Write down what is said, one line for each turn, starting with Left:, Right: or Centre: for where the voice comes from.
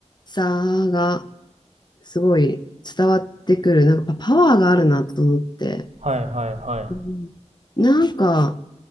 Left: さがすごい伝わってくる。なんかやっぱパワーがあるなと思って。
Right: はいはいはい。
Left: うんなんか、